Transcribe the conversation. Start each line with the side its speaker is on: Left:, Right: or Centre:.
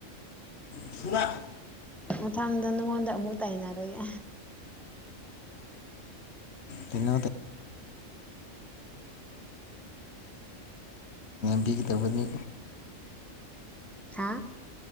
Left: ꯐꯨꯕ
Centre: ꯃꯊꯪꯗ ꯅꯉꯣꯟꯗ ꯑꯃꯨꯛ ꯇꯥꯏꯅꯔꯒꯦ
Left: ꯊꯦꯡꯅꯔꯨꯗꯦ ꯕꯤ ꯇꯧꯕꯅꯤ
Centre: ꯍꯥ